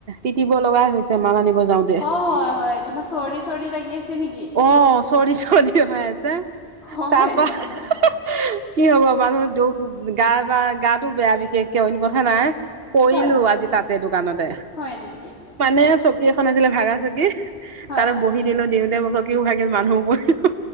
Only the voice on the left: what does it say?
হয়, হয়, হয় তোমাৰ চৰি চৰি লাগি আছে। নেকি?
হয়,
হয়,
হয়,
হয়, হয়,
হয় নেকি।
হয়।